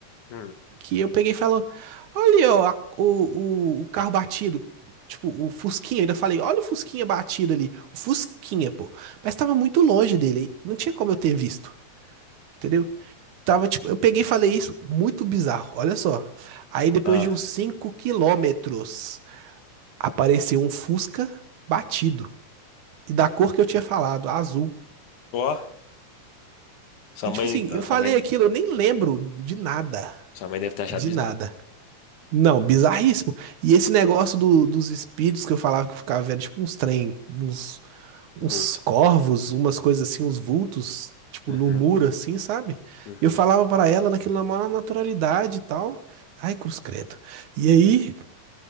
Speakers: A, on the left; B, on the right.
A: Hum.
B: que eu peguei e falou: Olha, ó, a- o, o, o carro batido. Tipo, o Fusquinha, eu ainda falei, olha o Fusquinha batido ali. O Fusquinha, pô. Mas tava muito longe dele. Não tinha como eu ter visto. Entendeu? Tava, tipo, eu peguei e falei isso. Muito bizarro, olha só. Aí depois
A: Ah.
B: de uns 5 quilômetros, apareceu um Fusca batido. E da cor que eu tinha falado, azul.
A: Ó, sua
B: E
A: mãe,
B: tipo assim,
A: sua
B: eu falei
A: mãe
B: aquilo, eu nem lembro de nada.
A: Sua mãe deve ter achado
B: De
A: bizarro.
B: nada. Não, bizarríssimo. E esse negócio do- dos espíritos que eu falava que eu ficava vendo, tipo uns trem, uns, uns
A: Vulto.
B: corvos, umas coisas assim, uns vultos, tipo
A: Uhum,
B: no muro assim, sabe?
A: uhum.
B: E eu falava pra ela naquilo na maior naturalidade e tal. Ai, cruz credo. E aí,